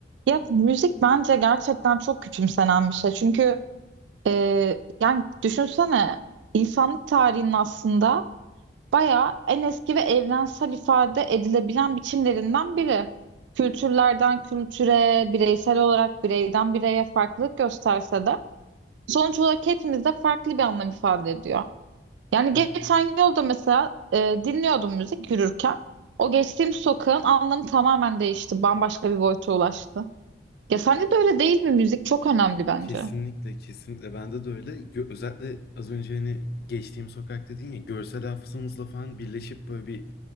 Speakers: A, on the right; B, on the left.
A: Ya müzik bence gerçekten çok küçümsenen bir şey. Çünkü e, yani düşünsene insanlık tarihinin aslında bayağı en eski ve evrensel ifade edilebilen biçimlerinden biri. Kültürlerden kültüre, bireysel olarak bireyden bireye farklılık gösterse de sonuç olarak hepimizde farklı bir anlam ifade ediyor. Yani
B: Evet.
A: geçen yolda mesela e, dinliyordum müzik yürürken. O geçtiğim sokağın anlamı tamamen değişti. Bambaşka bir boyuta ulaştı. Ya sence de öyle değil mi? Müzik çok önemli bence.
B: Kesinlikle kesinlikle bende de öyle. Gö- özellikle az önce hani geçtiğim sokak dedin ya görsel hafızamızla falan birleşip böyle bir